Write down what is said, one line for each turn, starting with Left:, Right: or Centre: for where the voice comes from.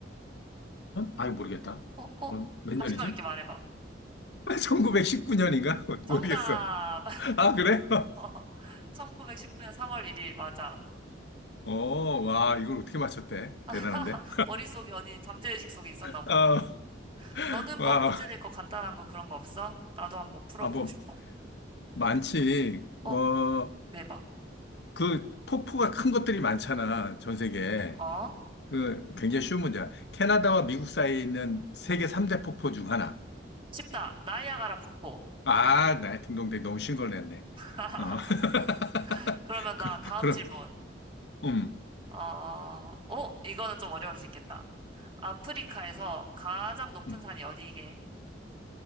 Left: 아이, 모르겠다.
Right: 어, 어?
Left: 어, 몇 년이지?
Right: 자신감 있게 말해봐.
Left: <laughs> 1919년인가? <laughs>
Right: 정답!
Left: 모르겠어. 아, 그래? <laughs>
Right: <laughs> 1919년 3월 1일, 맞아.
Left: 어, 와, 이걸 어떻게 맞췄대?
Right: <laughs>
Left: 대단한데?
Right: 머릿속에 어디 잠재의식 속에 있었나 보다.
Left: 아,
Right: 너는
Left: 와,
Right: 뭐 문제 낼 거 간단한 거 그런 거 없어? 나도 한번 풀어보고
Left: 아, 뭐,
Right: 싶어.
Left: 많지.
Right: 어,
Left: 어,
Right: 내봐.
Left: 그, 폭포가 큰 것들이 많잖아, 전 세계에.
Right: 어?
Left: 그, 굉장히 쉬운 문제야. 캐나다와 미국 사이에 있는 세계 3대 폭포 중 하나.
Right: 쉽다. 나이아가라 폭포.
Left: 아, 나의 딩동댕 너무 쉬운 걸 냈네.
Right: <laughs>
Left: 어. <laughs>
Right: 그러면 나
Left: 그,
Right: 다음
Left: 그럼,
Right: 질문.
Left: 음,
Right: 어, 어, 이거는 좀 어려울 수 있겠다. 아프리카에서 가장 높은
Left: 음.
Right: 산이 어디이게?